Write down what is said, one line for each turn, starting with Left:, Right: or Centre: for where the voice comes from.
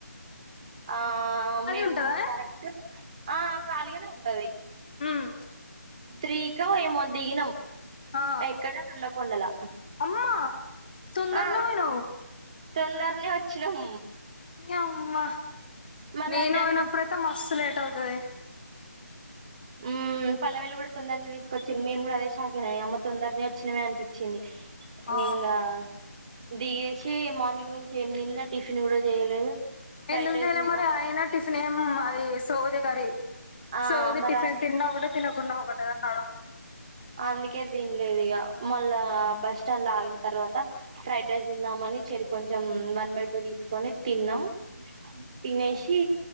Right: ఆ మేము
Left: ఉంటదానే
Right: కరెక్ట్గా ఆ ఖాళీగానే ఉంటుంది
Left: ఉమ్
Right: త్రీకా ఏమో దిగినం
Left: ఆ
Right: ఎక్కడ హన్మకొండల
Left: అమ్మా సుందర
Right: ఆ
Left: నువన
Right: తొందరనే వచ్చినాం
Left: నీ అమ్మ
Right: మళ్ళా
Left: నేను
Right: జనగామ్మ్
Left: పోయినప్పుడైతే మస్తు లేట్ అవుతది
Right: ఉ పల్లవెలు కూడా తొందరని తీసుకొచ్చింది మేము కూడా అదే షా అయినాని అమ్మ తొందరనే వచ్చినవిే అనిపించింది
Left: ఆ
Right: ఇంకా దిగేసి మార్నింగ్ నుంచి ఏమి తిన్లా టిఫిన్ కూడా చేయలేదు ఫ్రైడ్
Left: ఎందుకు
Right: రైస్
Left: తిన్ల
Right: తిన్నాము
Left: మరి అయినా టిఫినం అది సౌది కర్రీ
Right: ఆ
Left: సోది
Right: అమ్మ
Left: టిఫిన్
Right: రాలే
Left: తిన్నా ఒకటే తినకుండా ఒకటేన్నా
Right: అందుకే తన్లేదు ఇక మళ్ళా బస్ స్టాండ్ లో ఆగిన తర్వాత ఫ్రైడ్ రైస్ తిందామ చెరి కొంచెం వన్ బై టూ తీసుకొని తిన్నాం తినేసి